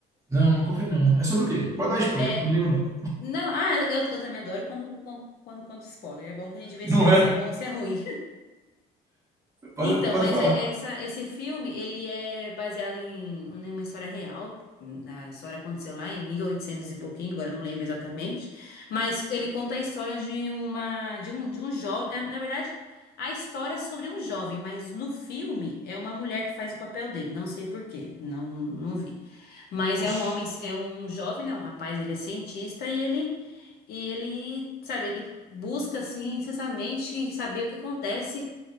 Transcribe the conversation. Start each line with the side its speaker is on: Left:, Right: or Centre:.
Right: Não, nunca ouvi não. É sobre o quê? Pode dar spoiler,
Left: É,
Right: não ligo não.
Left: não, ah, eu, eu eu também adoro quando, quando, quando, quando spoiler, é bom que a gente vê
Right: Não
Left: se é,
Right: é?
Left: se é bom ou se é ruim.
Right: Pode,
Left: Então,
Right: pode
Left: mas
Right: falar.
Left: é- é essa, esse filme, ele é baseado em, em uma história real. A história aconteceu lá em 1800 e oitocentos e pouquinho, agora eu não lembro exatamente. Mas ele conta a história de uma, de um, de um jovem. é, Na verdade, a história é sobre um jovem, mas no filme é uma mulher que faz o papel dele. Não sei por quê, não, não vi. Mas é
Right: Oxi.
Left: um homem, é um jovem, né? Um rapaz, ele é cientista e ele e ele, sabe, ele busca assim, incessantemente saber o que acontece